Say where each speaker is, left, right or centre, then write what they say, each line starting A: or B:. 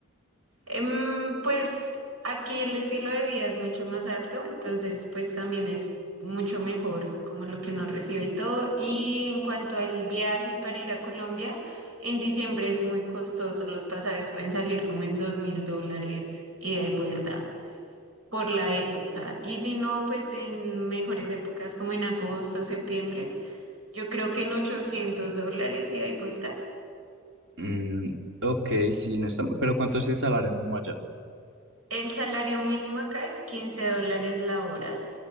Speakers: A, on the right; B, on the right.
A: Em, pues aquí el estilo de vida es mucho más alto, entonces pues también es mucho mejor como lo que nos recibe y todo. Y en cuanto al viaje para ir a Colombia, en diciembre es muy costoso, los pasajes pueden salir como en dos mil dólares ida y vuelta. por la época. Y si no, pues en mejores épocas como en agosto, septiembre, yo creo que en 800 dólares ida y vuelta.
B: Mm, ok, sí, no está mal. Pero ¿cuánto es el salario mínimo allá?
A: El salario mínimo acá es 15 dólares la hora,